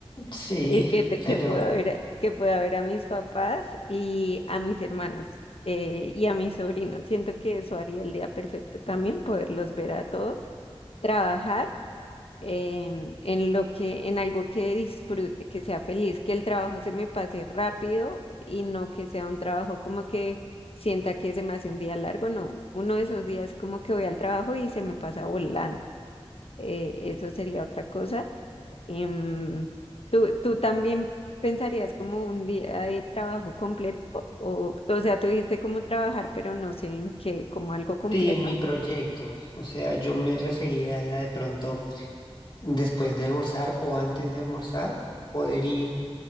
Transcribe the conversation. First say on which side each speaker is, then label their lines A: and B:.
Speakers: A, on the left; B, on the left.
A: Sí,
B: y que, te,
A: pero
B: que pueda ver, a- que pueda ver a mis papás y a mis hermanos. eh, y a mis sobrinos. Siento que eso haría el día perfecto también, poderlos ver a todos, trabajar em, en lo que, en algo que disfrute, que sea feliz, que el trabajo se me pase rápido y no que sea un trabajo como que sienta que se me hace un día largo, no, uno de esos días como que voy al trabajo y se me pasa volando. Eh, eso sería otra cosa. Em, ¿tú, tú también pensarías como un día de trabajo completo? O, o sea, tú dijiste como trabajar, pero no sé en qué, como algo completo.
A: sí, en mi proyecto. O sea, yo me refería, era de pronto después de almorzar o antes de almorzar, poder ir,